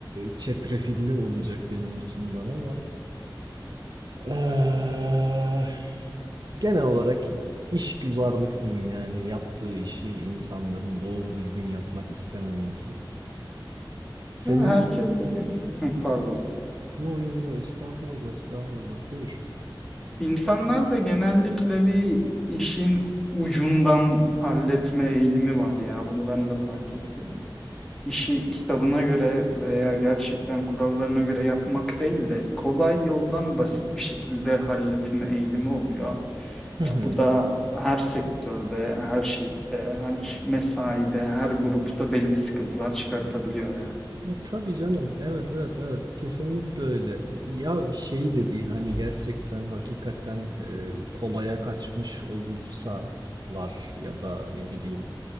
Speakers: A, on the right; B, in the centre.
A: çetrefilli olacak benim açımdan ama eee, genel olarak işgüzarlık diyeyim yani yaptığı işi insanların doğru düzgün yapmak istememesi. Senin
B: Ya herkes de bir <laughs> pardon.
A: yo yo yo estağfurullah estağfurullah buyur.
B: İnsanlar da genellikle bir işin ucundan halletme eğilimi var ya. Bunu ben de fark ettim. İşi kitabına göre veya gerçekten kurallarına göre yapmak değil de kolay yoldan basit bir şekilde halletme eğilimi oluyor.
A: Hı
B: Ya
A: hı.
B: bu da her sektörde, her şeyde, her mesaide, her grupta belli sıkıntılar çıkartabiliyor ya.
A: E, tabii canım evet evet evet kesinlikle öyle. Ya şey de değil hani gerçekten hakikaten e, kolaya kaçmış olsalar ya da ne bileyim